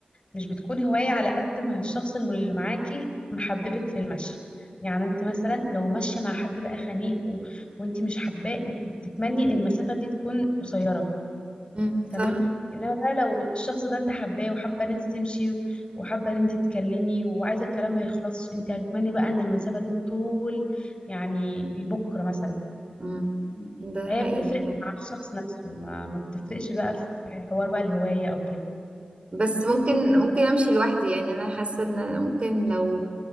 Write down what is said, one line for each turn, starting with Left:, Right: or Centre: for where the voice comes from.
Left: مش بتكون هواية على قد ما الشخص اللي معاكي محببك في المشي يعني انت مثلا لو ماشية مع حد بقى خنيق و... وانت مش حباه انت بتتمني ان المسافة دي تكون قصيرة
Right: مم،
Left: تمام
Right: صح
Left: انما بقى لو الشخص ده انت حباه وحابة ان انت تمشي و- وحابة ان انت تتكلمي وعايزة الكلام ما يخلصش انت هتتمني بقى ان المسافة دي طول يعني لبكرة مثلا
Right: مم، ده
Left: هي
Right: حقيقي
Left: بتفرق
Right: فعلا.
Left: مع الشخص نفسه ما, ما بتفرقش بقى في حوار بقى الهواية او كده
Right: بس ممكن ممكن امشي لوحدي يعني انا حاسة ان أنا ممكن لو